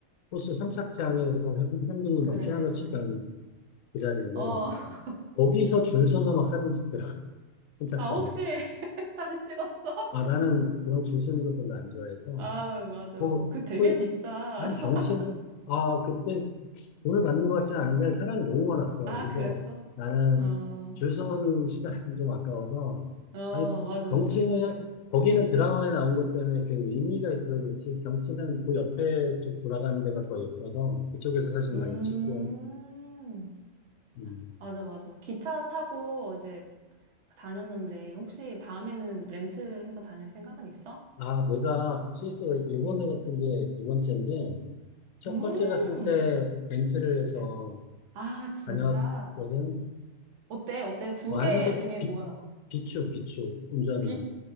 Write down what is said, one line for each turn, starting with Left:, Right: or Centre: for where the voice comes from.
Left: 호수 선착장에서 현빈이
Right: 그래,
Left: 막 피아노 치던
Right: 그래.
Left: 그 자리인데,
Right: 어, <laughs>
Left: 거기서 줄 서서 막 사진 찍더라, <laughs> 선착장에서.
Right: 아, 혹시 <laughs> 사진 찍었어?
Left: 아, 나는 그런 줄 서는 거 별로 안 좋아해서,
Right: 아, 맞아.
Left: 뭐,
Right: 그 되게
Left: 그,
Right: 비싸.
Left: 아니,
Right: <laughs>
Left: 경치는, 아, 그때 돈을 받는 것 같지는 않은데 사람이 너무 많았어.
Right: 아,
Left: 그래서
Right: 그랬어?
Left: 나는
Right: 어,
Left: 줄 서는 시간이 좀 아까워서
Right: 어,
Left: 아니
Right: 맞아.
Left: 경치는
Right: 줄 서 있었어.
Left: 거기는 드라마에 나온 것 때문에 그 의미가 있어서 그렇지 경치는 그 옆에 쪽 돌아가는 데가 더 예뻐서 그쪽에서 사진
Right: 음.
Left: 많이 찍고 음.
Right: 맞아, 맞아. 기차 타고 이제 다녔는데, 혹시 다음에는 렌트해서 다닐 생각은 있어?
Left: 아 내가 스위스 이번에
Right: 응.
Left: 같은 게 두 번째인데 첫
Right: 음.
Left: 번째 갔을 때 렌트를 해서
Right: 그래. 아, 진짜.
Left: 다녔거든.
Right: 어때? 어때? 두
Left: 완전
Right: 개 중에
Left: 비,
Right: 뭐가 난 거?
Left: 비추 비추 운전은
Right: 비,